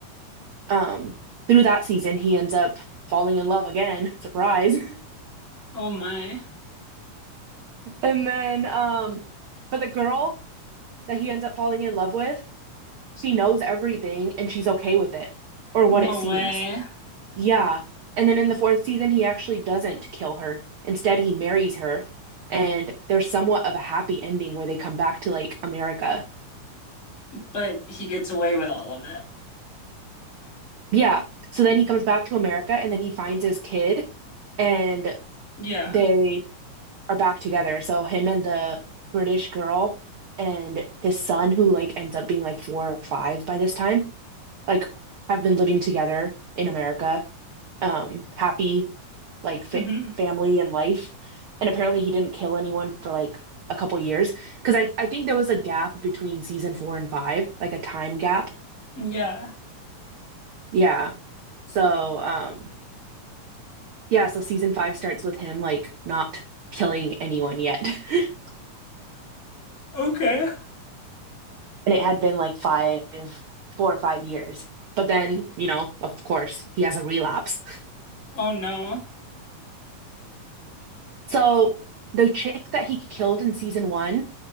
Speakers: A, on the right; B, on the left.
A: um through that season he ends up falling in love again. Surprise. <laughs>
B: Oh my.
A: And then um but the girl that he ends up falling in love with, she knows everything and she's okay with it or what
B: No
A: it seems.
B: way.
A: Yeah. And then in the fourth season he actually doesn't kill her. Instead he marries her and there's somewhat of a happy ending where they come back to like America.
B: But he gets away with all of it.
A: Yeah. So then he comes back to America and then he finds his kid and
B: Yeah.
A: they are back together. So him and the British girl and his son, who like ends up being like four or five by this time, like have been living together in America, um, happy like fa
B: hmm
A: family and life. And apparently he didn't kill anyone for like a couple years because I, I think there was a gap between season four and five, like a time gap.
B: Yeah.
A: Yeah. So, um, Yeah, so season five starts with him like not killing anyone yet. <laughs>
B: Okay.
A: And it had been like five, four or five years. But then, you know, of course, he has a relapse.
B: Oh no.
A: So the chick that he killed in season one,